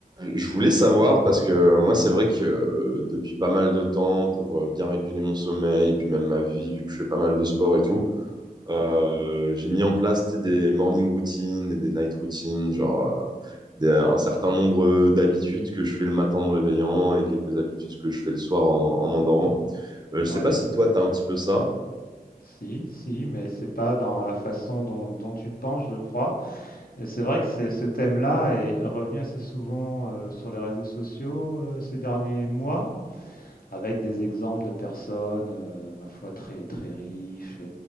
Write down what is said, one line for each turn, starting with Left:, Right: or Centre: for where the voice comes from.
Right: Je voulais savoir parce que moi, c'est vrai que euh, depuis pas mal de temps, pour euh, bien réguler mon sommeil, puis même ma vie, vu que je fais pas mal de sport et tout, euh,
Left: Ouais,
Right: j'ai mis en place tu sais, des morning routines et des night routines, genre euh, des- un certain nombre d'habitudes que je fais le matin en me réveillant et quelques habitudes que je fais le soir en, en m'endormant. Euh, je sais
Left: ouais,
Right: pas si toi, t'as un petit peu ça.
Left: si, si, mais c'est pas dans la façon dont, dont tu penses, je crois. Et c'est vrai que c'est- ce thème-là est revenu assez souvent euh, sur les réseaux sociaux euh, ces derniers mois, avec des exemples de personnes, euh, ma foi, très très riches et